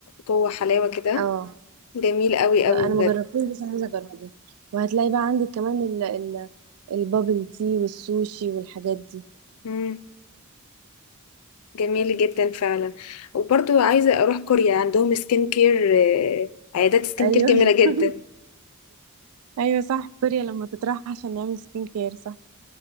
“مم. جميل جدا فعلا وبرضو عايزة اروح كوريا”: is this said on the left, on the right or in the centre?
Left